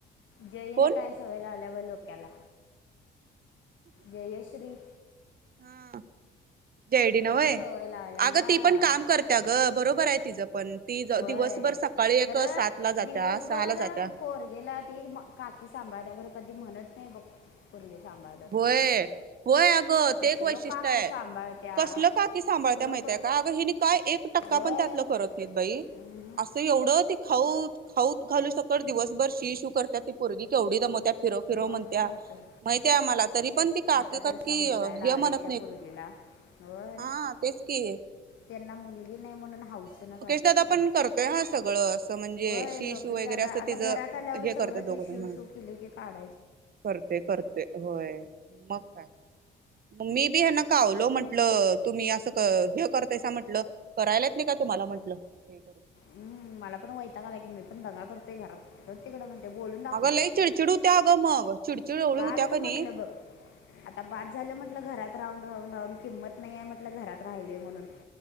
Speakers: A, on the left; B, on the right.
A: जईनं
B: कोण
A: काय सवय लावल्या ब लोक्याला जयश्री
B: हा जयडी नवय
A: कशी सवय लावल्या
B: अगं
A: हां
B: ती पण काम करते अग बरोबर आहे तिचं पण ती
A: होय
B: दिवसभर सकाळी एक
A: खरं
B: सात ला जात्या
A: दिवसभर
B: सहा ला जात्या
A: पोर गेला ती काकी सा बा त्या घर कधी म्हणत नाही बघ पोरगे सांभाळतात
B: होय
A: म्हणून
B: होय अग
A: कसलो
B: ते एक वैशिष्ट्य
A: काकी
B: आहे
A: सांभाळत्या
B: कसल काकी सांभाळ म
A: खरोखर
B: त्या माहितीये का अगं हिने काय एक टक्का
A: होय
B: पण त्या करत नाही
A: उम्हम.
B: अस एवढ खाऊ खाऊ खालू सकळ दिवसभर शी शू करतात ती पोरगी केवढी दमत आहे फिरो फिरो
A: मग
B: म्हणत्या
A: काय तर
B: माहित मला तरी पण ती काकी
A: आता तर
B: कि
A: समजायला
B: हे
A: लागले
B: म्हणत
A: त्या
B: नाहीत
A: पोरगीला होय
B: हा तेच कि
A: त्यांना मुली मुलगी नाही म्हणून हऊस ने करतात
B: दादा
A: ते
B: पण करतोय हा सगळं असं म्हणजे
A: व्हय
B: शी
A: लोकेश
B: शू वगैरे
A: दादा
B: असं
A: आता
B: तिचं
A: घरात आल्यावर
B: हे
A: सगळं
B: करते दोघ
A: ते शि
B: जण म्हणून
A: शू केले की काढ.
B: करते करते होय मग काय. म मी बी ह्यांना कावलो म्हंटल तुम्ही असं क हे करतायसा म्हटल करायलात नाही का तुम्हाला म्हटलं हे.
A: हम् मला पण वयताग आलाय की मी पण दंगा करतोय घरात हो तिकडं ते बोलून दाखवते
B: अगं लई चिडचिड होत्या अगं मग चिडचिड एवढी
A: कालच
B: होत्या का नाही
A: म्हटलं बघ आता बास झालं म्हटलं घरात राहून राहून राहून किंमत नाही आहे म्हटलं घरात राहिलोय म्हणून